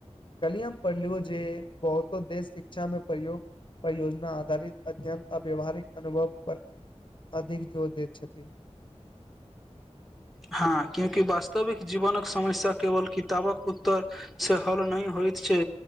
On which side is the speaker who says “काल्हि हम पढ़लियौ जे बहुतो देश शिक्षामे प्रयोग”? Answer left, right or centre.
Left